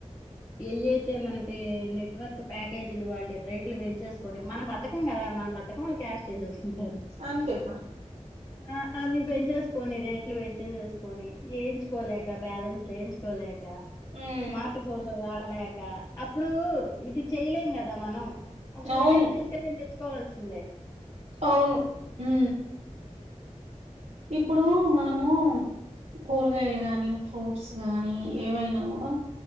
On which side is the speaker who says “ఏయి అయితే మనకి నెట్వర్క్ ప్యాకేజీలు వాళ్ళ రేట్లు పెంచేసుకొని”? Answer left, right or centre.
Left